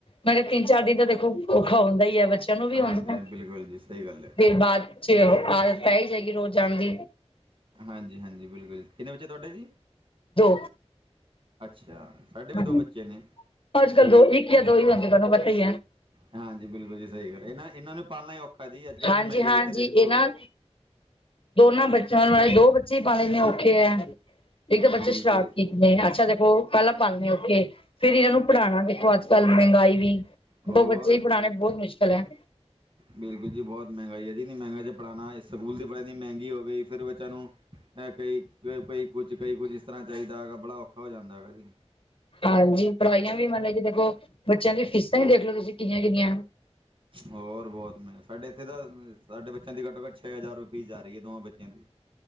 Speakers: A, on the left; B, on the right.
A: ਮੈਂ ਕਿਹਾ ਤਿੰਨ ਚਾਰ ਦਿਨ ਤਾਂ ਦੇਖੋ ਔਖਾ ਹੁੰਦਾ ਹੀ ਹੈ ਬ ਬੱਚਿਆ ਨੂੰ ਵੀ ਹੁਣ
B: ਹਾਂਜੀ
A: ਦੇਰ
B: ਬਿਲਕੁਲ ਜੀ ਸਹੀ ਗੱਲ ਹੈ
A: ਫਿਰ ਬਾਅਦ 'ਚ ਆਦਤ ਪੈ ਹੀ ਜਾਏਗੀ ਰੋਜ਼ ਜਾਣ ਦੀ।
B: ਹਾਂਜੀ -ਹਾਂਜੀ ਬਿਲਕੁਲ ਕਿੰਨੇ ਬੱਚੇ ਤੁਹਾਡੇ ਜੀ।
A: ਦੋ
B: ਅੱਛਾ ਸਾਡੇ ਵੀ
A: ਹਾਂਜੀ
B: ਦੋ ਬੱਚੇ ਨੇ।
A: ਅੱਜ ਕੱਲ੍ਹ ਦੋ ਇੱਕ ਜਾਂ ਦੋ ਹੀ ਹੁੰਦੇ ਤੁਹਾਨੂੰ ਪਤਾ ਹੀ ਹੈ।
B: ਹਾਂਜੀ ਬਿਲਕੁਲ ਜੀ ਸਹੀ ਗੱਲ ਇਹਨਾਂ ਇਹਨਾਂ ਨੂੰ ਪਾਲਣਾ ਹੀ ਔਖਾ ਜੀ ਅੱਜ ਕੱਲ
A: ਹਾਂਜੀ
B: ਵੀ ਮਹਿੰਗਾਈ
A: ਹਾਂਜੀ
B: ਤੇ ਦੇਖੋ।
A: ਇਹ ਨਾ ਦੋਨਾਂ ਬੱਚਿਆਂ ਨਾਲ ਦੋ ਬੱਚੇ ਹੀ ਪਾਲਨੇ ਲੈਂਦੇੇ ਔਖੇ ਹੈ ਇੱਕ ਤਾਂ ਬੱਚੇ
B: ਬਿਲਕੁਲ
A: ਸ਼ਰਾਰਤੀ ਨੇ ਅੱਛਾ ਦੇਖੋ ਪਹਿਲਾਂ ਪਾਨੇ ਓਥੇ ਫੇਰ ਇਹਨਾਂ ਨੂੰ ਪੜ੍ਹਾਉਣਾ ਦੇਖੋ ਅੱਜ ਕੱਲ ਮਹਿੰਗਾਈ ਵੀ
B: ਔਰ
A: ਦੋ ਬੱਚੇ ਹੀ ਪੜ੍ਹਾਂਣੇ ਬਹੁਤ ਮੁਸ਼ਕਿਲ ਹੈ।
B: ਬਿਲਕੁਲ ਜੀ ਬਹੁਤ ਮਹਿੰਗਾਈ ਹੈ ਜੀ ਨੀ ਮਹਿੰਗਾਈ ਪੜ੍ਹਉਣਾ ਸਕੂਲ ਦੀ ਪੜ੍ਹਾਈ ਮਹਿੰਗੀ ਹੋ ਗਈ ਫਿਰ ਬੱਚਿਆਂ ਨੂੰ ਕਈ ਕ ਕਈ ਕੁਛ ਕਈ ਕੁਝ ਇਸ ਤਰ੍ਹਾਂ ਚਾਹੀਦਾ ਹੈਗਾ ਬੜਾ ਔਖਾ ਹੋ ਜਾਂਦਾ ਹੈਗਾ ਜੀ।
A: ਹਾਂਜੀ ਪੜ੍ਹਾਈਆਂ ਵੀ ਮਤਲਬ ਜ ਦੇਖੋ ਬੱਚਿਆਂ ਦੀਆਂ ਫੀਸਾਂ ਵੀ ਦੇਖ ਲੋ ਤੁਸੀਂ ਕਿੰਨੀਆਂ- ਕਿੰਨੀਆਂ
B: ਹੋਰ ਬਹੁਤ ਮੈਂ ਸਾਡੇ ਇੱਥੇ ਤਾਂ ਸਾਡੇ ਬੱਚਿਆਂ ਦੀ ਘੱਟੋ ਘੱ ਛੇ ਹਜ਼ਾਰ ਰੁਪਏ ਫੀਸ ਜਾ ਰਹੀ ਹੈ ਦੋਵਾਂ ਬੱਚਿਆਂ ਦੀ